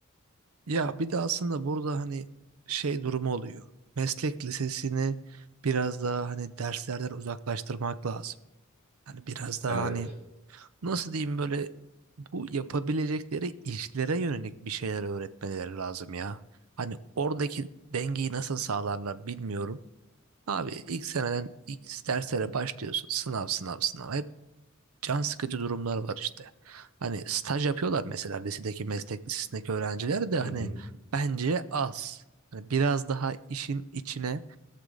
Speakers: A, on the right; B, on the right.
A: Ya bir de aslında burada hani şey durumu oluyor. Meslek lisesini biraz daha hani derslerden uzaklaştırmak lazım. Hani biraz daha
B: Evet.
A: hani nasıl diyeyim böyle bu yapabilecekleri işlere yönelik bir şeyler öğretmeleri lazım ya. Hani oradaki dengeyi nasıl sağlarlar bilmiyorum. Abi ilk seneden ilk derslere başlıyorsun. Sınav sınav sınav. Hep can sıkıcı durumlar var işte. Hani staj yapıyorlar mesela lisedeki meslek lisesindeki öğrenciler de
B: Hı
A: hani
B: hı.
A: bence az. Hani biraz daha işin içine